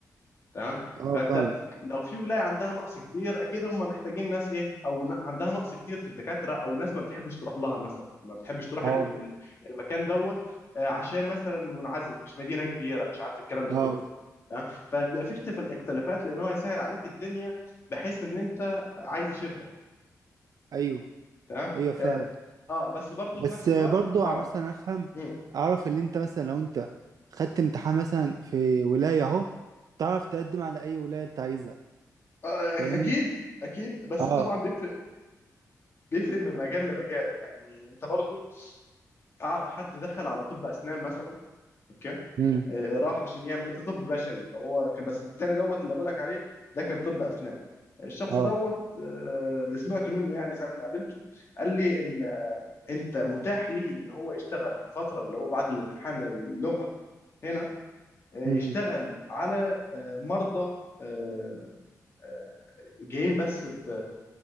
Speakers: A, on the left; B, on the right.
A: تمام
B: اه
A: فانت
B: فاهم
A: لو في ولايه عندها نقص كبير اكيد هم محتاجين ناس ايه او ن- عندها نقص كتير في الدكاتره او ناس ما بتحبش تروح لها مثلا ما بتحبش تروح ال-
B: اه
A: ال- المكان دوت آه، عشان مثلا منعزل مش مدينه كبيره مش عارف الكلام ده
B: اه
A: كله تمام فبيبقى في اختف- اختلافات لان هو يسهل عليك الدنيا بحيث ان انت عايز يشدك
B: ايوه
A: تمام
B: ايوه فاهم
A: اه آه، بس برضه
B: بس
A: في نفس
B: آه،
A: الوقت
B: برضو ع-
A: اه
B: مثلا افهم
A: مم.
B: اعرف اللي انت مثلا لو انت خدت امتحان مثلا في ولاية اهو تعرف تقدم على اي ولاية انت عايزها
A: آه،
B: فاهمني؟
A: أك- اكيد اكيد بس
B: اه
A: طبعا بيفرق بيفرق من مجال لمجال يعني انت برضه اعرف حد دخل على طب اسنان مثلا اوكي
B: امم
A: آه، راح عشان يعمل انت طب بشري فهو كان بس التاني دوت اللي بقولك عليه ده كان طب اسنان الشخص
B: اه
A: دوت آه، اللي سمعته منه يعني ساعه ما قابلته قال لي ان آه، انت متاح لي ان هو يشتغل في الفتره اللي هو بعد الامتحان اللغه هنا آه،
B: امم
A: يشتغل على آه، مرضى آه، آه، جايين بس ب...